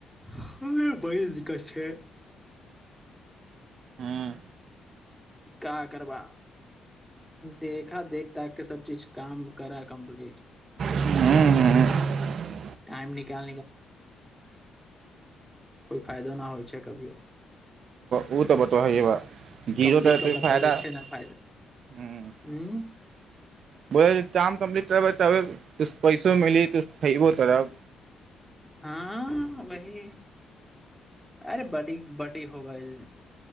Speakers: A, in the centre; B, on the right.
A: ह बरी दिकत छै
B: हँ
A: क करबा देखा देख ताक के सब चीज काम करा कम्प्लीट
B: हूँ ह
A: क कै तऽर फ नहि हो छै क <unintelligible>
B: ओ तऽ बतबबा जीरो
A: कम्प्लीट
B: तऽतै
A: करबा
B: फायदा
A: तबे
B: ह्म
A: छै ने फायदा
B: <unintelligible>
A: हूं
B: बोल काम कम्प्लीट करबै तब पैसो मिली त खयबो तरब
A: हँ वही अरे बडी बड्डी हो गेल